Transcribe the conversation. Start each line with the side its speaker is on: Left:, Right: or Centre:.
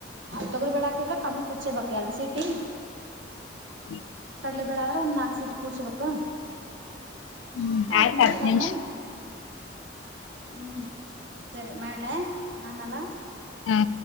Right: ತೊಗರು ಬೆಳ ಹಾಕಿದ್ರೆ ಕಮ್ಮಿ ಕುಚ್ಚೇ ಬಬೇಕಕ್ ಎರಡ್ ಸೀಟಿ
Left: ಹ್ಮ
Right: ಕಡ್ಲೆ ಬೆಳಾದ್ರ ಒಂದ್ ನಾಲ್ಕು ಸೀಟ್ ಕುೂಳ್ಸಬಕ್
Left: ಹ್ಮ್
Right: ಆಯ್ತ್ ಮೆತ್ತಾಗ
Left: ಹತ್ತ್ ನಿಮಿಷ
Right: ಅಂದ್ಮೇಲೆ ಹ್ಞೂ ಸರಿ ಮಾಡಲ ಆಮೇಲ
Left: ಹಾ